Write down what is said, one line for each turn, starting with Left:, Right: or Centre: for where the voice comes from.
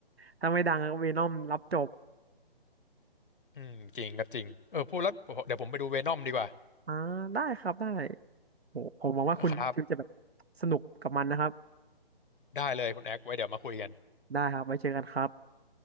Right: ถ้าไม่ดังก็เวนอมรับจบ
Left: อืมจริงครับจริงเออพูดแล้วเดี๋ยวผมไปดูเวนอมดีกว่า
Right: อ่าได้ครับได้ โหผมหวังว่าคุณฟิวจะแบบ
Left: ครับ
Right: สนุกกับมันนะครับ
Left: ได้เลยคุณแอคไว้เดี๋ยวมาคุยกัน
Right: ได้ครับไว้เจอกันครับ